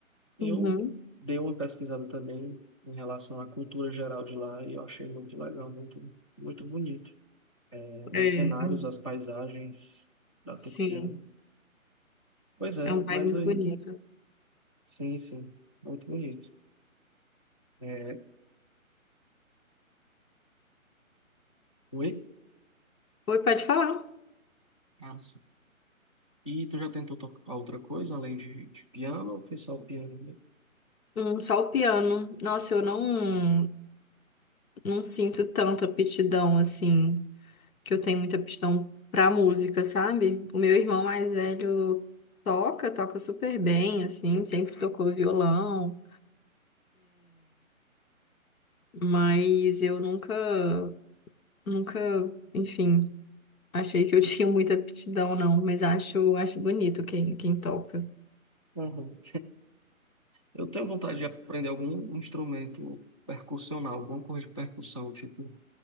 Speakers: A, on the left; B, on the left.
A: eu
B: uhum.
A: dei uma pesquisada também em relação à cultura geral de lá e eu achei muito legal, muito, muito bonito. É, os
B: É,
A: cenários,
B: é um,
A: as paisagens da Turquia.
B: sim,
A: Pois é,
B: é um país
A: mas
B: muito
A: aí,
B: bonito.
A: sim, sim, muito bonito. É, oi?
B: Oi, pode falar.
A: Ah, E tu já tentou tocar outra coisa além de, de piano ou foi só o piano mesmo?
B: Hum, só o piano. Nossa, eu não, não sinto tanta aptidão assim, que eu tenho muita aptidão pra música, sabe? O meu irmão mais velho toca, toca super bem, assim, sempre tocou violão, mas eu nunca, nunca, enfim, achei que eu <laughs> tinha muita aptidão, não, mas acho, acho bonito quem, quem toca.
A: Uhum. Eu tenho vontade de aprender algum instrumento percussional, alguma coisa de percussão, tipo